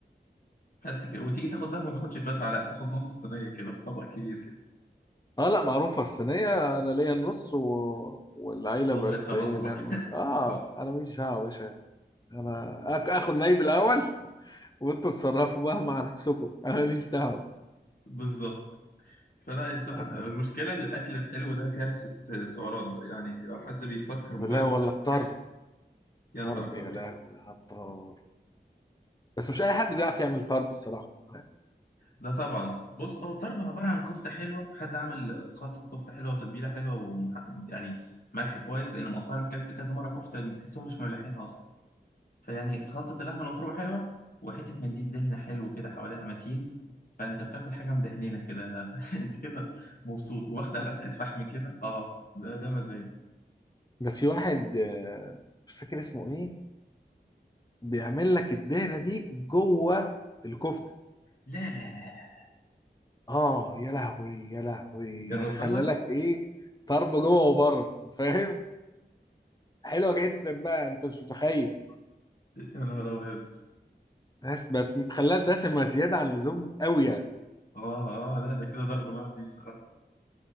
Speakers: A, on the left; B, on the left.
A: بس كده وتيجي تاخد بقى ما تاخدش قطعه لا تاخد نص الصينيه كده في طبق كبير كده
B: اه لا معروفه الصينيه انا ليا النص و... والعيله
A: وهم
B: بقت
A: يتصرفوا
B: باين
A: بقى
B: ليا النص
A: <laughs>
B: اه
A: اه
B: انا ماليش دعوه يا باشا انا آك- اخد نايب الاول وانتوا تصرفوا بقى مع نفسكم انا ماليش دعوه
A: بالظبط فلا بصراحه
B: بس
A: المشكله ان الاكل الحلو ده كارثه سعرات بقى يعني لو حد بيفكر مجرد
B: لا والله
A: التفكير
B: الطرب
A: يا
B: طرب
A: نهارك
B: يا
A: ابيض
B: لهوي على الطرب بس مش اي حد بيعرف يعمل طرب الصراحه يعني.
A: ده طبعا بص هو الطرب عبارة عن كفتة حلوة حد عامل خلطة كفتة حلوة وتتبيلة حلوة ومح... يعني ملح كويس لأن مؤخرا كلت كذا مرة كفتة تحسهم مش مملحينها أصلا فيعني خلطة اللحمة المفرومة حلوة وحتة منديل دهنة حلو كده حواليها متين فأنت بتاكل حاجة مدهنينة كده <laughs> أنت كده مبسوط واخد على لسعة فحم كده أه ده ده مزاج
B: ده في واحد آه، مش فاكر اسمه ايه بيعمل لك الدهنه دي جوه الكفته
A: لا لا لا لا
B: اه يا لهوي يا لهوي
A: جربتها؟
B: يعني خلى لك ايه طرب جوه وبره فاهم حلوه جدا بقى انت مش متخيل
A: يا نهار أبيض
B: بس بقت خلاها دسمه زياده عن اللزوم قوي يعني
A: أه أه لا ده كده ضرب نار دي بصراحة